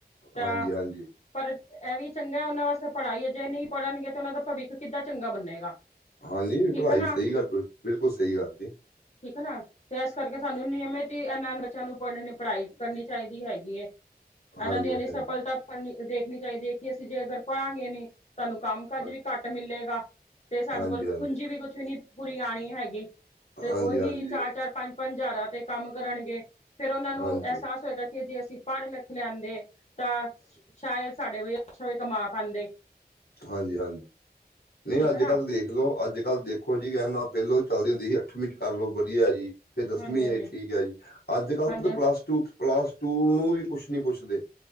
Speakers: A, on the left; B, on the left.
A: ਤਾਂ
B: ਹਾਂਜੀ ਹਾਂਜੀ।
A: ਪਰ ਇਹ ਵੀ ਚੰਗਾ ਉਹਨਾਂ ਵਾਸਤੇ ਪੜਾਈ ਅਜੇ ਨਹੀਂ ਪੜਨਗੇ ਤੇ ਉਹਨਾਂ ਦਾ ਭਵਿੱਖ ਕਿੱਦਾਂ ਚੰਗਾ ਬੰਨੇਗਾ।
B: ਹਾਂਜੀ,
A: ਠੀਕ
B: ਪੜਾਈ
A: ਹੈ ਨਾ
B: ਸਹੀ ਗੱਲ ਬਿਲਕੁਲ ਸਹੀ ਗੱਲ ਜੇ।
A: ਠੀਕ ਹੈ ਨਾ, ਤੇ ਇਸ ਕਰਕੇ ਸਾਨੂੰ ਨਿਯਮਿਤ ਹੀ ਅਨ ਬੱਚਿਆਂ ਨੂੰ ਪੜਣ ਪੜਾਈ ਕਰਨੀ ਚਾਹੀਦੀ ਹੈਗੀ ਏ, ਇਹਨਾਂ
B: ਹਾਂਜੀ
A: ਨੇ ਇਹਨੀ
B: ਹਾਂਜੀ
A: ਸਫਲਤਾ ਕਰਨ ਦੇਖਣੀ ਚਾਹੀਦੀ ਹੈ ਕਿ ਅਸੀਂ ਜੇ ਅਗਰ ਪੜਾਂਗੇ ਨੀ ਤੁਹਾਨੂੰ ਕੰਮ ਕਾਜ
B: ਹਾਂ-
A: ਵੀ ਘੱਟ ਮਿਲੇਗਾ। ਤੇ ਸਾਡੇ
B: ਹਾਂਜੀ
A: ਕੋਲ
B: ਹਾਂਜੀ
A: ਪੂੰਜੀ ਵੀ ਕੁਛ ਨੀ ਪੂਰੀ ਆਉਣੀ ਹੈਗੀ, ਤੇ
B: ਹਾਂਜੀ
A: ਉਹੀ
B: ਹਾਂਜੀ
A: ਚਾਰ- ਚਾਰ ਪੰਜ- ਪੰਜ ਹਜਾਰਾਂ ਤੇ ਕੰਮ ਕਰਨਗੇ ਫੇਰ ਉਹਨਾਂ ਨੂੰ
B: ਹਾਂਜੀ
A: ਅਹਿਸਾਸ ਹੋਏਗਾ। ਕਿ ਜੇ ਅਸੀਂ ਪੜ- ਲਿਖ ਲਿਆਦੇ ਤਾਂ ਸ਼ਾਇਦ ਸਾਡੇ ਵੀ ਅੱਛਾ ਵੀ ਕਮਾ ਪਾਉਂਦੇ।
B: ਹਾਂਜੀ-ਹਾਂਜੀ। ਨੀ
A: ਠੀਕ
B: ਅੱਜ
A: ਹੈ ਨਾ
B: ਕੱਲ ਤਾਂ ਦੇਖ ਲੋ ਅੱਜ ਕੱਲ ਦੇਖੋ ਜੀ ਕਹਿ ਨਾ ਪਹਿਲੋਂ ਚੱਲਦੀ ਹੁੰਦੀ ਸੀ, ਅੱਠਵੀਂ ਚ ਕਰਲੋ ਵਧੀਆ ਜੀ। ਫੇਰ ਦਸਵੀਂ
A: ਹਾਂਜੀ ਹਾਂਜੀ
B: ਹੈ ਜੀ ਠੀਕ ਹੈ ਜੀ, ਅੱਜ ਕੱਲ
A: ਹਾਂਜੀ
B: ਪਲੱਸ ਟੂ, ਪਲੱਸ ਟੂ ਨੂੰ ਵੀ ਕੁਛ ਨੀ ਪੁੱਛਦੇ।